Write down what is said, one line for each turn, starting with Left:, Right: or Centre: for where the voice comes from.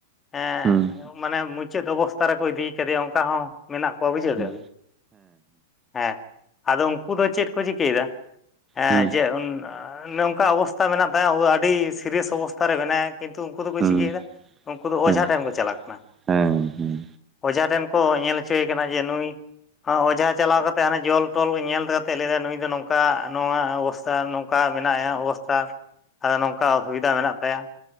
Left: ᱮ
Right: ᱦᱩᱸ
Left: ᱢᱟᱱᱮ ᱢᱩ ᱪᱟᱹᱫ ᱚᱵᱚᱥᱛᱟ ᱨᱮᱠᱚ ᱤᱫᱤ ᱠᱟᱫᱮᱭᱟ ᱚᱝᱠᱟ ᱦᱚᱸ ᱢᱮᱱᱟᱜ ᱠᱚᱣᱟ ᱵᱩᱡᱷᱟᱹᱣ
Right: ᱦᱩᱸ
Left: ᱠᱮᱫᱟ ᱵᱤᱱ ᱾ ᱦᱮᱸ ᱟᱫᱚ ᱩᱝᱠᱩ ᱫᱚ ᱪᱮᱫ ᱠᱚ ᱪᱤᱠᱟᱹᱭᱮᱫᱟ ᱦᱮᱸ
Right: ᱦᱩᱸ
Left: ᱡᱮ ᱩᱱ ᱱᱚᱝᱠᱟ ᱚᱵᱚᱥᱛᱟ ᱢᱮᱱᱟᱜ ᱛᱟᱭᱟ ᱩ ᱫᱚ ᱟᱹᱰᱤ ᱥᱤᱨᱤᱭᱟᱥ ᱚᱵᱚᱥᱛᱟ ᱨᱮ ᱢᱮᱱᱟᱭᱟ ᱠᱤᱱᱛᱩ ᱩᱱᱠᱩ ᱫᱚᱠᱚ
Right: ᱦᱩᱸ
Left: ᱪᱤᱠᱟᱹᱭᱮᱫᱟ? ᱩᱱᱠᱩ ᱫᱚ
Right: ᱦᱮᱸ
Left: ᱚᱡᱷᱟ ᱴᱷᱮᱱ ᱠᱚ ᱪᱟᱞᱟᱜ ᱠᱟᱱᱟ
Right: ᱦᱮᱸ ᱦᱮᱸ
Left: ᱾
Right: ᱦᱮᱸ
Left: ᱚᱡᱷᱟ ᱴᱷᱮᱱ ᱠᱚ ᱧᱮᱞ ᱦᱚᱪᱚᱭᱮ ᱠᱟᱱᱟ ᱡᱮ ᱱᱩᱭ ᱚᱡᱷᱟ ᱪᱟᱞᱟᱣ ᱠᱟᱛᱮ ᱦᱟᱱᱮ ᱡᱚᱞ ᱴᱚᱞ ᱧᱮᱞ ᱠᱟᱛᱮᱫ ᱞᱟᱹᱭᱫᱟ ᱱᱩᱭᱫᱚ ᱱᱚᱝᱠᱟ ᱱᱚᱣᱟ ᱚᱵᱚᱥᱛᱟ ᱱᱚᱝᱠᱟ ᱢᱮᱭᱟ ᱚᱵᱚᱥᱛᱟ ᱟᱫᱚ ᱱᱚᱝᱠᱟ ᱚᱥᱩᱵᱤᱫᱟ ᱢᱮᱱᱟᱜ ᱛᱟᱭᱟ ᱾